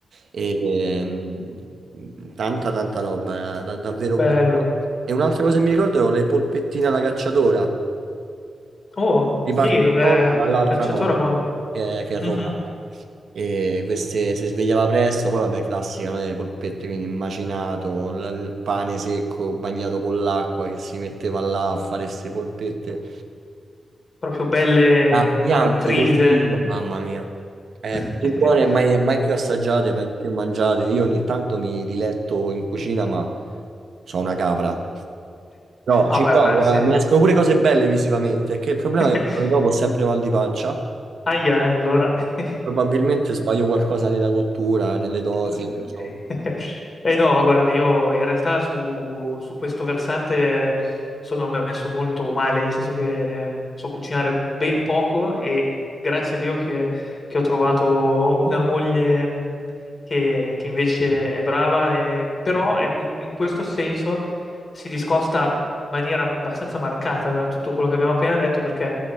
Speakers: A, on the right; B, on the left.
A: E, ehm, tanta, tanta roba, eh, da- davvero
B: Bello.
A: buona. E un'altra cosa che mi ricordo erano le polpettine alla cacciatora.
B: Oh,
A: Di
B: sì,
A: parte di
B: beh,
A: nonna, ma l'altra
B: cacciatore
A: nonna,
B: buono.
A: che, che
B: Mhm.
A: è romana. E queste si svegliava presto, poi vabbè, classica, no? Le polpette, quindi il macinato, l- il pane secco bagnato con l'acqua che si metteva là a fare queste polpette.
B: Proprio belle,
A: Ah, bianche
B: eh, no, intrise.
A: col figlio, mamma mia, eh,
B: <laughs>
A: così buone mai, mai più assaggiate, mai più mangiate. Io ogni tanto mi diletto in cucina, ma sono una capra. No,
B: Vabbè,
A: ci provo,
B: guarda, se...
A: eh, Mi escono pure cose belle visivamente, che il problema
B: <laughs>
A: è che il giorno dopo ho sempre mal di pancia.
B: Aia, eh, allora. <laughs>
A: Probabilmente sbaglio qualcosa nella cottura, nelle dosi.
B: Eh
A: non so.
B: eh, no, ma guarda, io in realtà su, su questo versante sono messo molto male, nel senso che eh, so cucinare ben poco e grazie a Dio che, che ho trovato una moglie mh, che, che invece è brava, e- però ecco, in questo senso si discosta in maniera abbastanza marcata da tutto quello che abbiamo appena detto perché